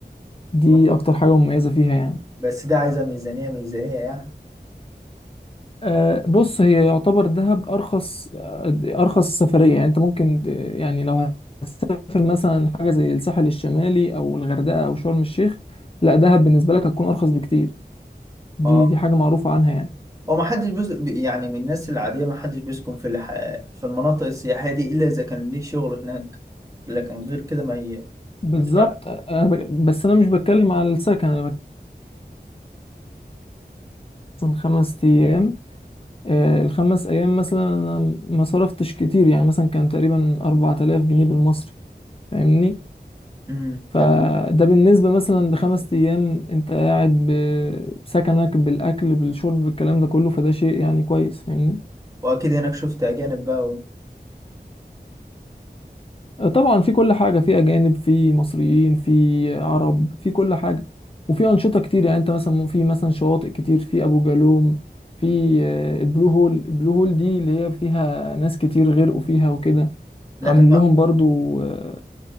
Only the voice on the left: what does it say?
دي
اكتر حاجه مميزه فيها يعني
آه، بص هي يعتبر دهب ارخص آه، ارخص سفريه يعني انت ممكن ت- يعني لو هتسافر مثلا حاجه زي الساحل الشمالي او الغردقه او شرم الشيخ لا دهب بالنسبه لك هتكون ارخص بكتير دي
دي حاجه معروفه عنها يعني
بالظبط
أنا ب- بس انا مش بتكلم على السكن انا بتكلم خمس ايام آه، الخمس أيام مثلا أنا ما صرفتش كتير يعني مثلا كان تقريبا أربعة آلاف جنيه بالمصري فاهمني
فده
بالنسبة مثلا لخمس أيام أنت قاعد بسكنك بالأكل بالشرب بالكلام ده كله فده شيء يعني كويس فاهمني
طبعا في كل حاجة في أجانب في مصريين في عرب في كل حاجة وفي أنشطة كتير يعني أنت مثلا في مثلا شواطئ كتير في أبو جالوم في آه، البلو هول البلو هول دي اللي هي فيها ناس كتير غرقوا فيها وكده
عاملين
لهم برضو آه،